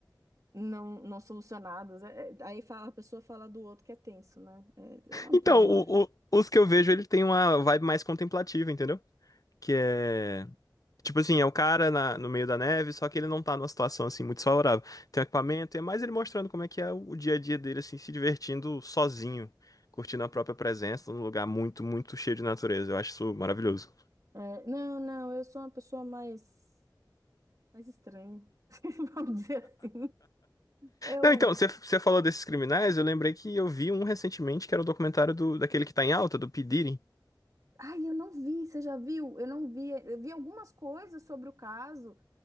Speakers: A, on the right (about 45°); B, on the left (about 50°).
A: não, não solucionados. É- é- aí fala, a pessoa fala do outro que é tenso, né? É, é um
B: Então,
A: problema.
B: o- o- os que eu vejo, ele tem uma vibe mais contemplativa, entendeu? Que é Tipo assim, é o cara na- no meio da neve, só que ele não tá numa situação assim muito favorável. Tem um equipamento, e é mais ele mostrando como é que é o o dia a dia dele, assim, se divertindo sozinho, curtindo a própria presença num lugar muito, muito cheio de natureza. Eu acho isso maravilhoso.
A: É, não, não, eu sou uma pessoa mais, mais estranha, <laughs> vamos dizer assim. Eu,
B: Não, então, você você falou desses criminais, eu lembrei que eu vi um recentemente que era o documentário do, daquele que tá em alta, do P. Diddy.
A: ai, eu não vi, você já viu? Eu não vi, eu vi algumas coisas sobre o caso.